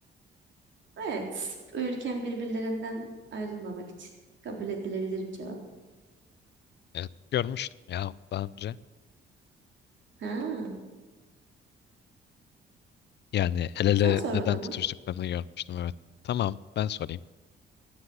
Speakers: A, on the right; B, on the left.
A: Evet. Uyurken birbirlerinden ayrılmamak için. Kabul edilebilir bir cevap.
B: Evet, görmüştüm ya daha önce.
A: Ha,
B: Yani el ele
A: sen sor
B: neden
A: bakalım.
B: tutuştuklarını görmüştüm evet. Tamam ben sorayım.